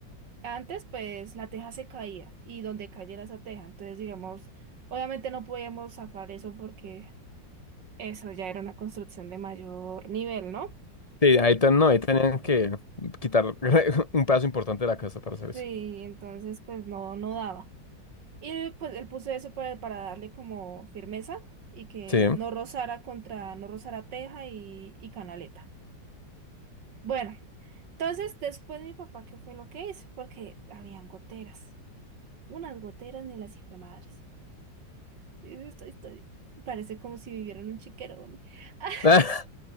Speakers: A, on the right; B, on the left.
A: antes pues la teja se caía y donde cayera esa teja, entonces digamos, obviamente no podíamos zafar eso porque eso ya era una construcción de mayor nivel, ¿no?
B: Sí, ahí, ten- no, ahí tenían que quitar <laughs> un pedazo importante de la casa para hacer eso.
A: Sí, entonces pues no, no daba. Y pues él puso eso para, para darle como firmeza y que
B: Sí.
A: no rozara contra, no rozara teja y, y canaleta. Bueno, entonces después mi papá, ¿qué fue lo que hizo? Porque habían goteras, unas goteras ni las hice madres. Estoy, estoy, parece como si viviera en un chiquero, hombre. <laughs>
B: <laughs>